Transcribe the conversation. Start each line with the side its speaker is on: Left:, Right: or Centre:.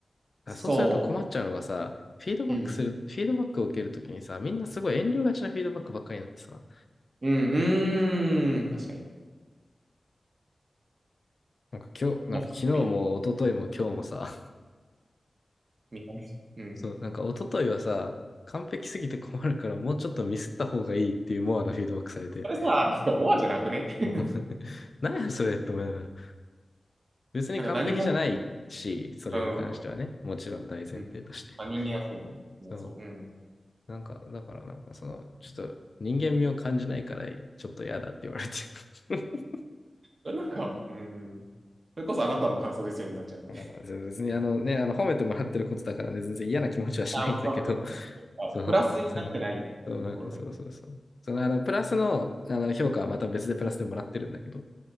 Left: からそうすると困っちゃうのがさ、
Right: そ
Left: フィードバックする、
Right: う。うん、
Left: フィードバックを受けるときにさ、みんなすごい遠慮がちなフィードバックばっかりになってさ、
Right: うん、うーん。確かに。
Left: なんか今日、なんか昨日も一昨日も今日もさ、
Right: もしかしたらうん。みたいなうん。
Left: そう、なんか一昨日はさ、完璧すぎて困るからもうちょっとミスった方がいいっていうモアのフィードバックされて、
Right: それさ、なんかモアじゃなくね <laughs>
Left: もう <laughs> なんやそれって思いながら、別に完璧じゃないし、
Right: なんか何も、
Left: それに関してはね、
Right: うん。
Left: もちろん大前提として。
Right: うんまあ、人間はそうね。うんそう。
Left: そう、
Right: うん。
Left: なんか、だからなんかその、ちょっと人間味を感じないから、ちょっと嫌だって言われて。<laughs>
Right: それなんか、うん。それこそあなたの感想ですよになっちゃう。
Left: あの別にあのね、あの褒めてもらってることだからね、全然嫌な気持ちはしないんだけど、
Right: あ、もうそうなんだ。
Left: そう、
Right: プラスになってないっていうところで。
Left: そう、そうだね、そうそうそう。その、あの、プラスの、あの、評価はまた別でプラスでもらってるんだけど、